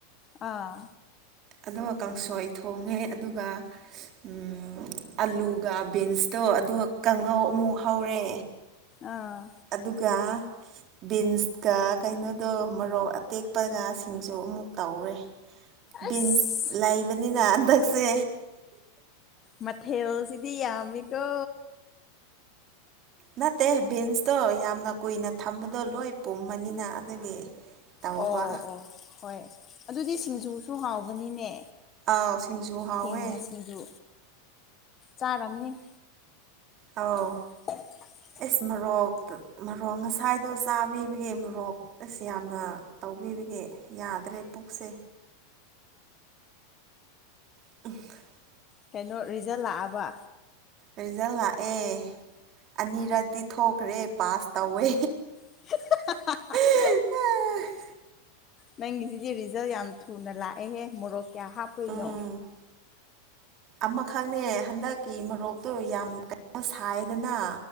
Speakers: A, on the left; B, on the right.
A: ꯑꯥ
B: ꯑꯗꯨꯒ ꯀꯥꯡꯁꯣꯏ ꯊꯣꯡꯉꯦ ꯑꯗꯨꯒ ꯎ ꯑꯂꯨꯒ ꯕꯤꯟꯁꯇꯣ ꯑꯗꯨꯒ ꯀꯥꯡꯉꯧ ꯑꯃꯨꯛ ꯍꯧꯔꯦ
A: ꯑꯥ
B: ꯑꯗꯨꯒ ꯕꯤꯟꯁꯀ ꯀꯩꯅꯣꯗꯣ ꯃꯔꯣꯔꯣꯛ ꯑꯇꯦꯛꯄꯒ ꯁꯤꯡꯁꯨ ꯑꯃꯨꯛ ꯇꯧꯔꯦ ꯕꯤꯟꯁ
A: ꯑꯁ
B: ꯂꯩꯕꯅꯤꯅ ꯍꯟꯗꯛꯁꯦ
A: ꯃꯊꯦꯜꯁꯤꯗꯤ ꯌꯥꯝꯃꯤꯀꯣ
B: ꯅꯠꯇꯦ ꯕꯤꯟꯁꯇꯣ ꯌꯥꯝꯅ ꯀꯨꯏꯅ ꯊꯝꯕꯗꯣ ꯂꯣꯏ ꯄꯨꯝꯃꯅꯤꯅ ꯑꯗꯨꯒꯤ ꯇꯧꯕ
A: ꯑꯣ ꯑꯣ ꯍꯣꯏ ꯑꯗꯨꯗꯤ ꯁꯤꯡꯖꯨꯁꯨ ꯍꯥꯎꯕꯅꯤꯅꯦ
B: ꯑꯥꯎ ꯁꯤꯡꯖꯨ ꯍꯥꯎꯋꯦ
A: ꯍꯤꯡꯅ ꯁꯤꯡꯖꯨ ꯆꯥꯔꯝꯅꯤ
B: ꯑꯧ
A: <unintelligible>
B: ꯑꯦꯁ ꯃꯣꯔꯣꯛ ꯃꯣꯔꯣꯛ ꯉꯁꯥꯏꯗꯣ ꯆꯥꯕꯤꯕꯒꯤ ꯃꯣꯔꯣꯛ ꯑꯁ ꯌꯥꯝꯅ ꯇꯧꯕꯤꯕꯒꯤ ꯌꯥꯗ꯭ꯔꯦ ꯄꯨꯛꯁꯦ <unintelligible>
A: ꯀꯩꯅꯣ ꯔꯤꯖꯜ ꯂꯥꯛꯑꯕ
B: ꯔꯤꯖꯜ ꯂꯥꯛꯑꯦ ꯑꯅꯤꯔꯛꯇꯤ ꯊꯣꯛꯈ꯭ꯔꯦ ꯄꯥꯁ ꯇꯧꯋꯦ
A: <inaudible>
B: ꯑꯥ <unintelligible>
A: ꯅꯪꯒꯤꯁꯤꯗꯤ ꯔꯤꯖꯜ ꯌꯥꯝ ꯊꯨꯅ ꯂꯥꯛꯑꯦꯍꯦ ꯃꯣꯔꯣꯛ ꯀꯌꯥ ꯍꯥꯞꯄꯨꯏꯅꯣ
B: ꯎꯝ ꯑꯃꯈꯛꯅꯦ ꯍꯟꯗꯛꯀꯤ ꯃꯣꯔꯣꯛꯇꯨ ꯌꯥꯝ ꯀꯩꯅ ꯁꯥꯏꯗꯅ